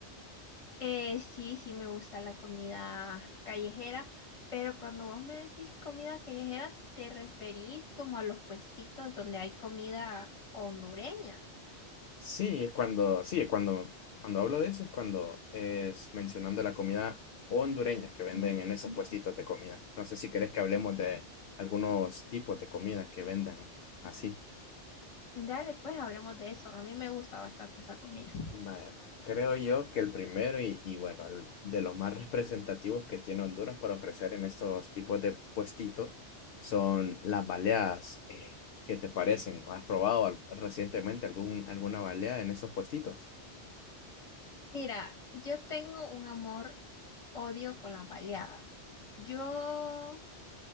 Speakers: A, on the left (about 30°); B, on the left (about 60°).
A: Eh, sí, sí me gusta la comida callejera, pero cuando vos me decís comida callejera, ¿te referís como a los puestitos donde hay comida hondureña?
B: Sí, es cuando, sí, es cuando, cuando hablo de eso es cuando es mencionando la comida hondureña que venden en esos puestitos de comida. No sé si querés que hablemos de algunos tipos de comida que venden así.
A: Dale, pues hablemos de eso. A mí me gusta bastante esa comida.
B: Vaya, pues creo yo que el primero y, y bueno, el- de los más representativos que tiene Honduras para ofrecer en estos tipos de puestitos son las baleadas. Eh, ¿qué te parecen? ¿Has probado al- recientemente algún, alguna baleada en estos puestitos?
A: Mira, yo tengo un amor odio con las baleadas. Yo